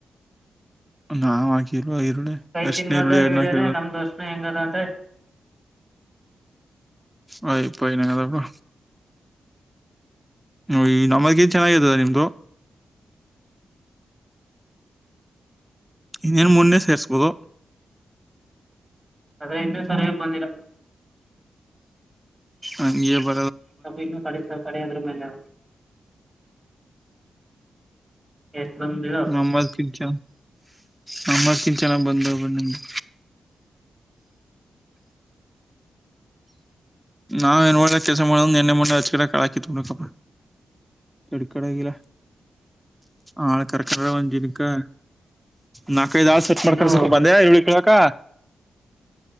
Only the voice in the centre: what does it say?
ನಾವ್ ಹಾಕಿಲ್ವಾ ಇರುಳ್ಳಿ
ಅರ್ಶ್ಣ
ಇರುಳ್ಳ ಎಣನಕ
ಹಯ್ಪ ಇನಂಗದಪ್ಪ ಹ ಈ ನಮಗನ್ ಚೆನ್ನಾಗತದ ನಿಮ್ದು ನ್ ಮುನ್ನೆ ಸೇರ್ರಿಸಬದ
ಹಗೆ ಬ
ನಂಬತ್ ಕಿಲ್ಚ ನಂಬತ್್ ಕಿಲ್ ಚಲ ಬಂದ ನಿಮ್ದು ನಾವ್ ಏನ್ ಮಾಡ ಕೆಲಸ ಮಾಡ ಎಣ್ಣೆ ಮಣೆ ಹಚ್ಚ ಕಡೆ ಕಳಾಕಿತ್ ನಕಪ್ಪ ಕೆಡುಕಡೆಾಗಿಲ್ಲ ಆಾಳ ಕರ್ಕ ಜಿನಕ್ಕೆ ನ <unintelligible> ಕೈದುಾಳ ಸೆಟ್ ಮಾಡ್ಕೊಂಡಸಕು
ಬಂದ್ಯಾ ಇಳಿ ಕೇಳಕ್ಕ